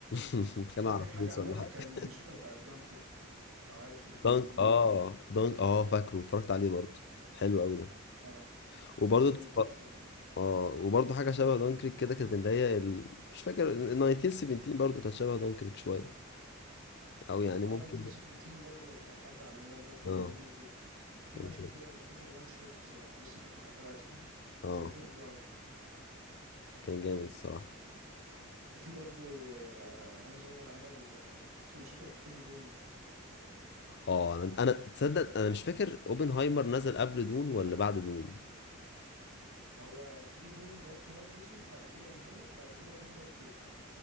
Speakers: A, on the left; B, on the right.
A: <laughs> كانوا
B: هو آخر
A: على
B: حاجة
A: فلوس
B: عملها
A: ولا حاجة
B: كان الموسيقى بتاعت دانكيرك لو عارف الفيلم
A: دانك اه
B: ده
A: دانك اه فاكره اتفرجت عليه برضه حلو قوي ده
B: اه
A: وبرضه
B: كان
A: اتفرجت
B: تحفة يعني.
A: اه وبرضه حاجة شبه دانكريك كده كانت اللي هي ال... مش فاكر ال 1917 برضه كان شبه دانكريك شوية او يعني
B: اه
A: ممكن
B: 1917
A: ده
B: برضه بتاع الحرب العالمية ده كان
A: اه
B: جميل جدا في
A: كان
B: مشهد
A: جامد.
B: كده متاخد وان شوت آه، لسه فاكره لحد دلوقتي
A: اه
B: معمول حلو أوي
A: كان جامد الصراحة
B: وفي برضه آه، هانز زايمر عمل الموسيقى بتاعت فيلم دون
A: اه انا انا تصدق انا مش فاكر اوبنهايمر نزل قبل دون ولا بعد دون
B: هو في دون بارت 1 نزل بعد كده اوبنهايمر بعد كده دون بارت 2